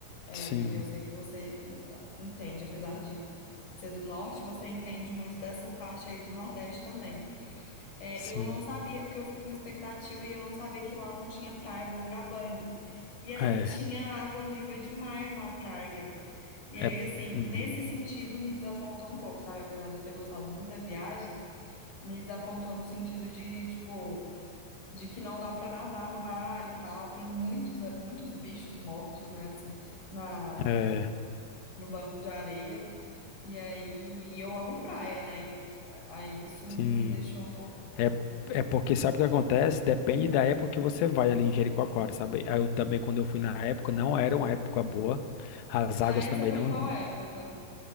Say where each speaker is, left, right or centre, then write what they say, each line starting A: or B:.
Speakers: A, on the left; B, on the left.
A: É,
B: Sim,
A: porque eu sei que você en- entende, apesar de ser do norte, você entende muito dessa parte aí do Nordeste também. É,
B: sim.
A: eu não sabia, porque eu fui com uma expectativa e eu não sabia que lá não tinha praia boa pra banho. E aí
B: É,
A: tinha água viva demais na praia. E aí,
B: é,
A: assim,
B: uhum,
A: nesse sentido me desapontou um pouco, sabe? Apesar de eu ter gostado muito da viagem, me desapontou no sentido de, tipo, de que não dá pra nadar no mar e tal. Tem muitos, muitos bichos mortos, né, assim, na,
B: é,
A: no banco de areia. E aí, e eu amo praia, né? E eu- aí isso me
B: sim.
A: deixou um pouco.
B: É, é porque sabe o que acontece? Depende da época que você vai ali em Jericoacoara, sabe? Aí Eu também, quando eu fui na época, não era uma época boa. As
A: Ah,
B: águas
A: essa
B: também
A: foi
B: não.
A: em qual época?